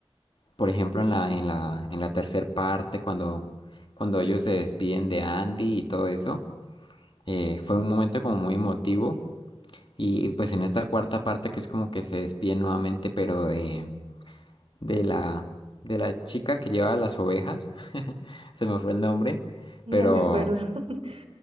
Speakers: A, on the left; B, on the right.
A: por ejemplo, en la, en la, en la tercer parte, cuando, cuando ellos se despiden de Andy y todo eso, eh, fue un momento como muy emotivo. Y, y, pues en esta cuarta parte que es como que se despiden nuevamente, pero de, de la, de la chica que lleva las ovejas, <laughs> se me fue el nombre,
B: No
A: pero,
B: me acuerdo. <laughs>